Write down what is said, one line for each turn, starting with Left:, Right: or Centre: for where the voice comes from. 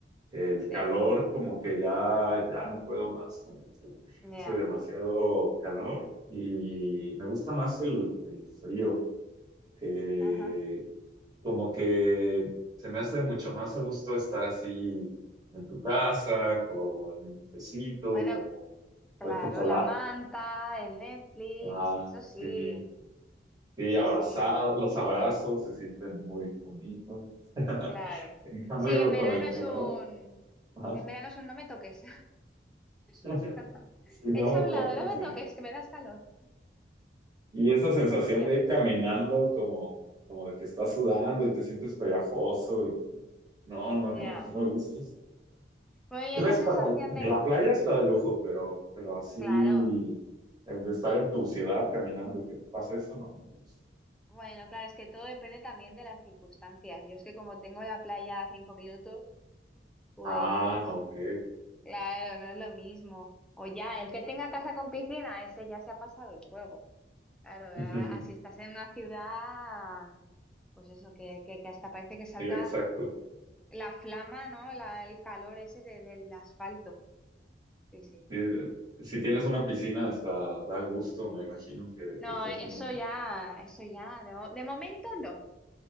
Right: el calor
Centre: Sí,
Right: como que ya, ya no puedo más con el calor.
Centre: ya.
Right: Hace demasiado calor y me gusta más el, el frío. Eh,
Centre: Ajá.
Right: como que se me hace mucho más a gusto estar así en tu casa, con un cafecito,
Centre: Bueno,
Right: con,
Centre: claro,
Right: con chocolate.
Centre: la manta, el Netflix,
Right: Ah,
Centre: eso
Right: sí,
Centre: sí,
Right: sí,
Centre: eso
Right: abrazado,
Centre: sí,
Right: los abrazos se sienten muy bonitos. <laughs>
Centre: claro.
Right: En cambio,
Centre: Sí, en verano
Right: con el calor,
Centre: es un,
Right: ajá,
Centre: en verano es un no me toques.
Right: <laughs>
Centre: <laughs>
Right: sí, no
Centre: Echa
Right: me
Centre: a
Right: toco.
Centre: un lado, no
Right: sí.
Centre: me toques, que me das calor.
Right: Y esa sensación
Centre: Sí, sí, ya
Right: de
Centre: pasa.
Right: ir caminando como, como de que estás sudando y te sientes pegajoso y como, no, no, no,
Centre: Ya.
Right: no me gusta.
Centre: Muy bien,
Right: Creo
Centre: esa sensación
Right: para la
Centre: de...
Right: playa está de lujo, pero, pero así
Centre: Claro.
Right: eh, de estar en tu ciudad caminando y que te pase eso, no, no me gusta.
Centre: Bueno, claro, es que todo depende también de las circunstancias. Yo es que como tengo la playa a cinco minutos, pues
Right: Ah, ok.
Centre: claro, no es lo mismo. O ya, el que tenga casa con piscina, ese ya se ha pasado el juego. Claro, a-
Right: <laughs>
Centre: así estás en una ciudad, pues eso, que, que, que hasta parece que salga
Right: Sí, exacto.
Centre: la flama, ¿no? La- el calor ese de- del asfalto. Sí, sí.
Right: Sí, de- si tienes una piscina, hasta da gusto,
Centre: No,
Right: me imagino
Centre: claro.
Right: que,
Centre: No,
Right: que esté
Centre: eso
Right: haciendo calor.
Centre: ya, eso ya, de, mo- de momento no,